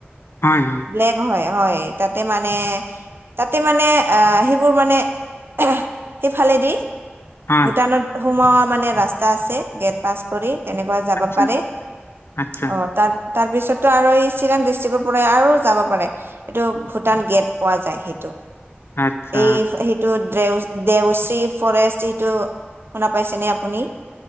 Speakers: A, on the left; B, on the right.
A: হয় হয়।
B: ব্লেক হয়। হয়, তাতে মানে তাতে মানে আহ সেইিবোৰ মানে সেইফালেদি
A: হয়
B: ভূটানত সোমোৱা মানে ৰাস্তা আছে গেট পাছ কৰি। তেনেকুৱা যাব
A: আচ্ছা,
B: পাৰে
A: আচ্ছা,
B: অ', তাৰ তাৰ পিছতো আৰু এই চিৰাং ডিষ্ট্ৰিক্টৰ প আৰু যাব পাৰে এইটো ভূটান গেট পোৱা যায় সেইটো।
A: আচ্ছা।
B: এই সেই সেইটো দেও দেওশ্ৰী ফৰেষ্ট সেইটো শুনা পাইছেনে আপুনি?